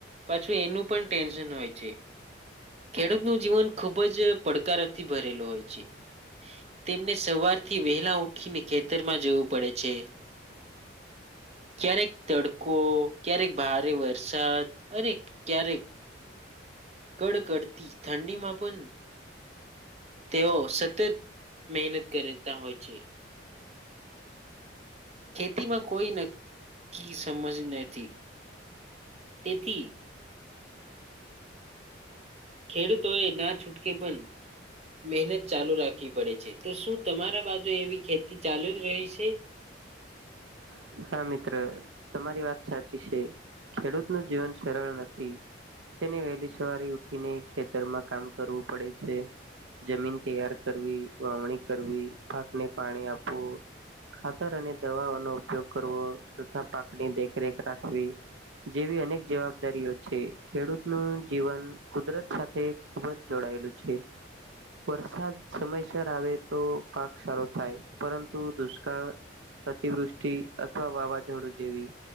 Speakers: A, on the right; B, on the right.
A: પાછું એનું પણ ટેન્શન હોય છે. ખેડૂતનું જીવન ખુબજ પડકારથી, ભરેલું હોય, છે. તેમને સવારથી, વહેલા ઊઠીને ખેતરમાં જવું પડે છે.
B: બ
A: ક્યારેક, તડકો ક્યારેક, ભારે વરસાદ અને ક્યારેક કડકડતી ઠંડીમા પણ તેઓ સતત મહેનત કરતા, હોય છે. ખેતીમાં કોઈ, નક્કી સમજ નથી તેથી ખેડૂતો એ ના છૂટકે, પણ મહેનત ચાલુ રાખવી પડે છે, તો શું તમારા બાજુ એવી ખેતી ચાલુ જ રહી છે.
B: હ હા, મિત્ર તમારી વાત સાચી છે, ખેડૂત નું જીવન સરળ નથી તેને વહેલી સવારે ઉઠીને, ખેતરમાં કામ કરવું પડે છે. જમીન તૈયાર કરવી વાવણી કરવી પાકને પાણી, આપવું ખાતર, અને દવાઓનો ઉપયોગ કરવો તથા. પાકની દેખરેખ રાખવી જેવી અનેક જવાબદારીઓ છે, ખેડૂત નું જીવન કુદરત સાથે ખુબ જ જોડા લઈઓ, છે. વરસાદ સમયસર આવે, તો પાક સારો થાય, પરંતુ દુષ્કાળ અતિવૃષ્ટિ અથવા વાવાઝોડું, જેવી